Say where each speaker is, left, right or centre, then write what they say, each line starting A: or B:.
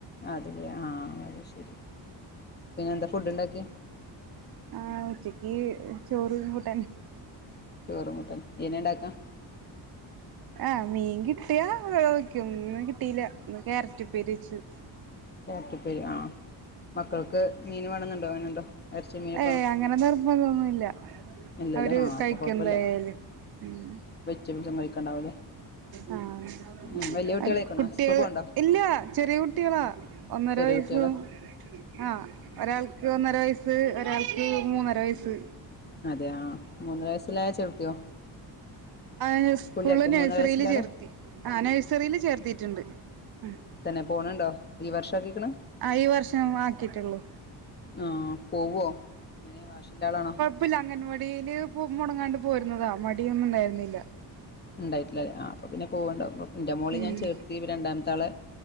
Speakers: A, on the left; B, on the right.
A: അതല്ലേ ആഹ് അത് ശരി പിന്നെ എന്താ ഫുഡ് ഇണ്ടാക്കിയെ?
B: ആഹ് ഉച്ചക്ക് ചോറും <unintelligible>
A: ചോറും കൂട്ടാനും ഇയ്യന്നെ ഉണ്ടാക്കാ
B: ആഹ് മീൻ കിട്ടിയാ വെയ്ക്കും ഇന്ന് കിട്ടീല്ല ഇന്ന് ക്യാരറ്റ് ഉപ്പേരി വെച്ചു.
A: ക്യാരറ്റ് ഉപ്പേരി ആഹ് മക്കൾക്ക് മീന് വേണന്ന്ണ്ടോ അങ്ങനെണ്ടോ? ഇറച്ചി മീനൊക്കെ
B: ഏയ്
A: വേണോ
B: അങ്ങനെ നിർബന്ധന്നുല്ലാ
A: ഇല്ലല്ലോ
B: അവര്
A: ആഹ്
B: കഴിക്കു
A: അപ്പൊ കൊഴപ്പല്ല
B: എന്തായാലും ഉം
A: <unintelligible> കഴിക്കണ്ടാവൂല്ലേ
B: ആഹ്
A: ഉം വലിയ കുട്ടികളായിക്കണോ
B: എൻക് കുട്ടിയേ
A: സ്കൂൾ പോവണ്ടോ
B: ഇല്ല ചെറിയ കുട്ടികളാ ഒന്നര
A: ചെറിയ
B: വയസ്സും
A: കുട്ടികളാ
B: ആഹ് ഒരാൾക്ക് ഒന്നര വയസ്സ് ക്ക് ഒരാൾക്ക് മൂന്നര വയസ്സ്
A: അതെ ആഹ് മൂന്നര വയസ്സിലായ ചേർത്തിയോ
B: <unintelligible> സ്കൂളില്
A: സ്കൂളിലാക്കിയോ
B: നെഴ്സറിയീല്
A: മൂന്നര വയസ്സിലെ
B: യിൽ
A: ആളെ
B: ചേർത്തി ആഹ് നേഴ്സറിയിൽ ചേർത്തീട്ടുണ്ട് ആഹ്
A: തെന്നെ പോണുണ്ടോ ഈ വർഷാ ആക്കിക്കണ്?
B: ആഹ് ഈ വർഷം ആക്കിട്ടുള്ളു
A: ആഹ് പോവോ എങ്ങനെ വാഷി ഇള്ള ആളാണോ?
B: പ്പില്ല അങ്കൻവാടിയില് മൊടങ്ങാണ്ട് പോയിരുന്നതാ മടിയൊന്നും ഇണ്ടായിരുന്നില്ല
A: ഇണ്ടായിട്ടില്ലല്ലേ ആഹ് അപ്പൊ പിന്നെ പോവണ്ടാവും കൊഴ് ഇന്റെ മോളേം
B: ഉം
A: ഞാൻ ചേർത്തി ഇപ്പോ രണ്ടാമത്താളെ